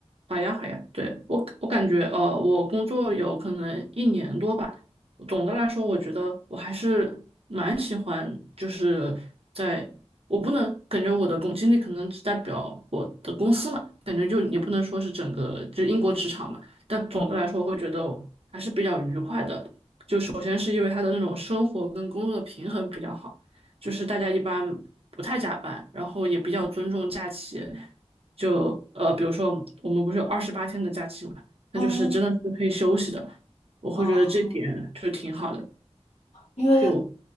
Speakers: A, on the right; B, on the left.
A: 好呀，好呀，对，我我感觉，呃，我工作有可能一年多吧。总的来说，我觉得我还是蛮喜欢，就是在我不能感觉我的工经历可能只代表我的公司嘛，感觉就也不能说是整个就英国职场嘛。但总的来说，我会觉得还是比较愉快的。就首先是因为他的那种生活跟工作的平衡比较好，就是大家一般不太加班，然后也比较尊重假期。就呃，比如说我们不是有二十八天的假期嘛，
B: 嗯，
A: 那就是真的是可以休息的，我会觉得这点就挺好的，
B: 哦，因为
A: 就